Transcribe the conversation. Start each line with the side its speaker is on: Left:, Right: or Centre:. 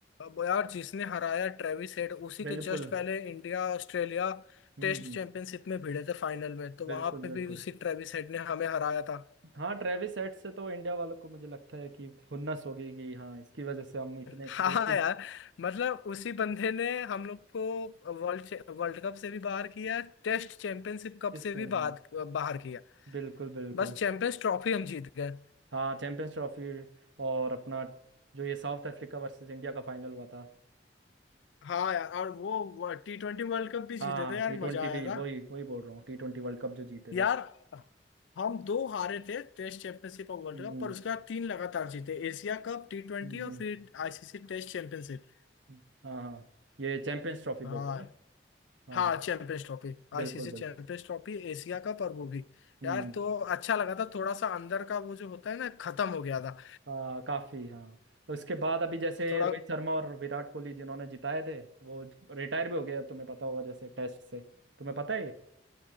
Left: अब यार जिसने हराया ट्रेविस हेड उसी
Right: बिल्कुल
Left: के जस्ट पहले इंडिया ऑस्ट्रेलिया
Right: हम्म
Left: टेस्ट
Right: हम्म
Left: चैंपियनशिप में भिड़े थे फाइनल में तो
Right: बिल्कुल
Left: वहां पे
Right: बिल्कुल
Left: भी उसी ट्रेविस हेड ने हमें हराया था
Right: हाँ ट्रेविस हेड से तो इंडिया वालों को मुझे लगता है कि खुन्नस हो गई कि हाँ इसकी वजह से हम इतने
Left: हाँ
Right: दो तीन
Left: यार मतलब उसी बंदे ने हम लोग को वर्ल्ड वर्ल्ड कप से भी बाहर किया टेस्ट चैंपियनशिप कप
Right: इस
Left: से भी
Right: हाँ,
Left: बाहर बाहर किया
Right: बिल्कुल बिल्कुल
Left: बस चैंपियंस ट्रॉफी हम जीत गए
Right: हाँ चैंपियंस ट्रॉफी और अपना जो ये साउथ अफ्रीका वर्सेस इंडिया का फाइनल हुआ था
Left: हाँ यार और वो टी ट्वेंटी वर्ल्ड कप भी जीते
Right: हाँ
Left: थे यार
Right: टी ट्वेंटी
Left: मजा आया
Right: भी
Left: था
Right: वही वही बोल रहा हूँ टी ट्वेंटी वर्ल्ड कप जो जीते
Left: यार
Right: थे
Left: हम दो हारे थे टेस्ट चैंपियनशिप और वर्ल्ड
Right: हम्म
Left: कप पर उसके बाद तीन लगातार जीते एशिया कप टी ट्वेंटी
Right: हम्म,
Left: और
Right: हम्म।
Left: फिर आईसीसी टेस्ट चैंपियनशिप
Right: हाँ हाँ ये चैंपियंस ट्रॉफी
Left: हाँ
Right: बोल रहे हो ना हाँ
Left: हाँ
Right: हाँ
Left: champions trophy
Right: बिल्कुल
Left: ICC
Right: बिल्कुल
Left: champions trophy Asia cup और वो भी
Right: हम्म
Left: यार
Right: हम्म।
Left: तो अच्छा लगा था थोड़ा सा अंदर का वो जो होता है ना खत्म हो गया था
Right: आ, काफी हाँ उसके बाद अभी जैसे
Left: थोड़ा
Right: रोहित शर्मा और विराट कोहली जिन्होंने जिताए थे वो रिटायर भी हो गए अब तुम्हें पता होगा जैसे टेस्ट से तुम्हें पता है ये